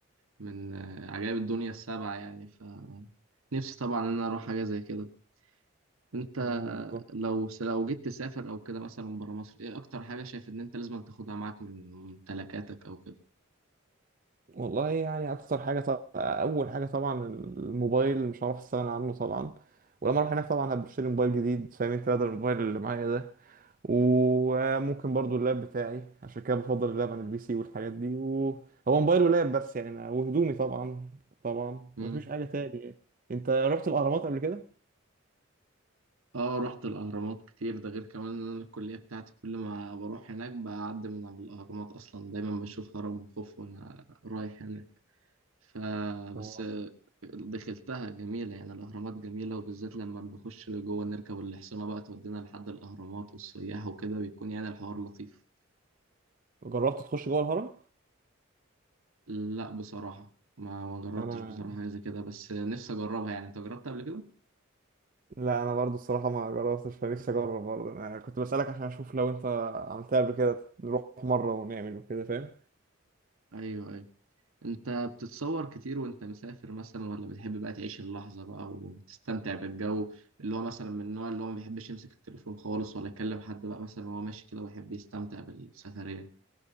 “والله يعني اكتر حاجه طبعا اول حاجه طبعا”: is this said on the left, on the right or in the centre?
Right